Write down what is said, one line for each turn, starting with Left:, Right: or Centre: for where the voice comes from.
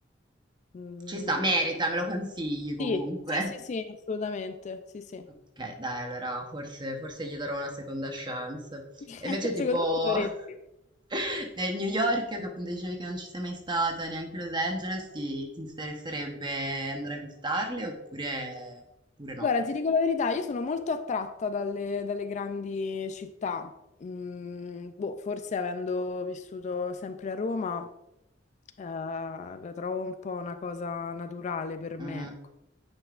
Left: mm,
Right: Ci sta,
Left: non-
Right: merita, me lo consigli comunque.
Left: Sì, sì, sì, sì, assolutamente, sì, sì.
Right: Ok, dai, allora forse, forse gli darò una seconda chance.
Left: <laughs>
Right: E invece tipo
Left: Secondo me dovresti.
Right: <laughs> nel New York, che appunto dicevi che non ci sei mai stata, neanche Los Angeles, ti, ti interesserebbe andare a visitarle oppure, oppure no?
Left: Guarda, ti dico la verità, io sono molto attratta dalle, dalle grandi città. Mm, boh, forse avendo vissuto sempre a Roma, eh, la trovo un po' una cosa naturale per
Right: Mm.
Left: me. ecco.